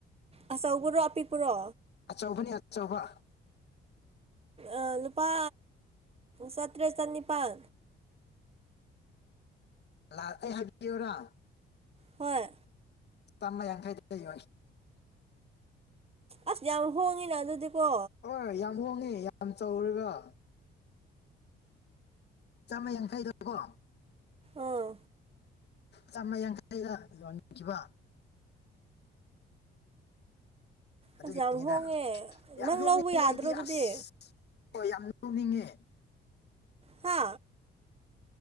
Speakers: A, on the right; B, on the left.
A: ꯑꯆꯧꯕ ꯄꯨꯨꯔꯣ ꯑꯄꯤꯛꯄꯨꯔꯣ
B: ꯑꯆꯧꯕꯅꯤ ꯑꯆꯧꯕ
A: ꯑ ꯂꯨꯄꯥ ꯁꯇ꯭ꯔꯦ ꯆꯅꯤꯄꯥꯜ
B: ꯑꯩ ꯍꯥꯏꯕꯤꯌꯣꯔꯥ
A: ꯍꯣꯏ
B: ꯆ ꯃꯌꯥꯈꯩꯗ ꯂꯩ
A: ꯑꯁ ꯌꯥꯝ ꯍꯣꯡꯉꯤꯅ ꯑꯗꯨꯗꯤꯀꯣ
B: ꯍꯣꯏ ꯌꯥꯝ ꯍꯣꯡꯉꯦ ꯌꯥꯝ ꯆꯥꯎꯔꯒ ꯆꯥꯃ ꯌꯥꯡꯈꯩꯗꯀꯣ
A: ꯑꯥ
B: ꯆꯥꯝꯃ ꯌꯥꯡꯈꯩꯗ ꯌꯣꯟꯅꯤꯡꯈꯤꯕ ꯑꯗꯨꯒꯤꯅꯤꯗ
A: ꯑꯁ ꯌꯥꯝ ꯍꯣꯡꯉꯦ
B: ꯌꯥꯝ
A: ꯅꯪ
B: ꯅꯣꯛꯅꯤꯡꯉꯤ
A: ꯂꯧꯕ ꯌꯥꯗ꯭ꯔꯣ
B: ꯑꯩꯗꯤ
A: ꯑꯗꯨꯗꯤ
B: ꯑꯁ ꯍꯣꯏ ꯌꯥꯝ ꯇꯉꯉ
A: ꯍꯥ